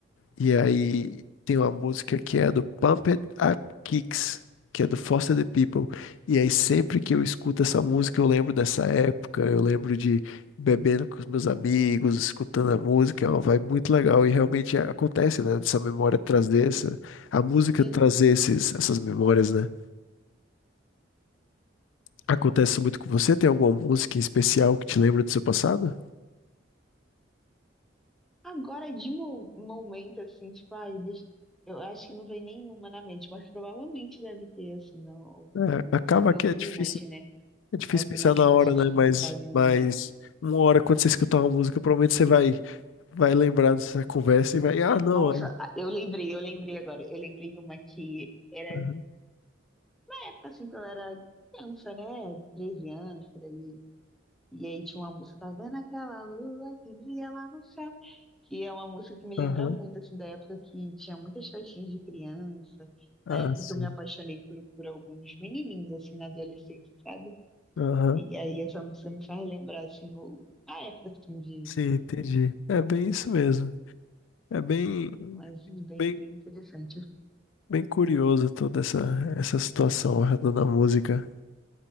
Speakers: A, on the left; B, in the centre.
A: E aí tem uma música que é do Pumped Up Kicks, que é do Foster the People. E aí sempre que eu escuto essa música, eu lembro dessa época, eu lembro de bebendo com os meus amigos, escutando a música, é uma vibe muito legal. E realmente acontece, né? Essa memória traz dessa, a música
B: Sim.
A: traz esses, essas memórias, né? Acontece muito com você? Tem alguma música em especial que te lembra do seu passado?
B: Agora, de mo momento, assim, tipo, ai, deixa... eu acho que não vem nenhuma na mente, mas provavelmente deve ter, assim, não, alguma
A: É,
B: música.
A: acaba que
B: Algumas,
A: é difícil.
B: né?
A: É difícil
B: Algumas
A: pensar na
B: músicas
A: hora, né?
B: que
A: Mas,
B: me fazem
A: mas
B: lembrar.
A: uma hora quando você escutar uma música, provavelmente você vai, vai lembrar dessa conversa e vai, ah, não,
B: Nossa,
A: é.
B: ah, eu lembrei, eu lembrei agora. Eu lembrei uma que era
A: Aham,
B: época assim que eu era criança, né? treze anos por aí. E aí tinha uma música, tá vendo aquela lua que brilha lá no céu? Que é uma música que me lembra
A: aham,
B: muito, assim, da época que tinha muitas festinhas de criança,
A: ah,
B: na época
A: sim.
B: que eu me apaixonei por, por alguns menininhos, assim, na adolescência, sabe?
A: Aham,
B: E aí essa música me faz lembrar, assim, o- a época, assim, de,
A: sim,
B: de...
A: entendi. É bem isso mesmo. É bem,
B: Mas bem,
A: bem,
B: bem interessante.
A: bem curioso toda essa, essa situação da música.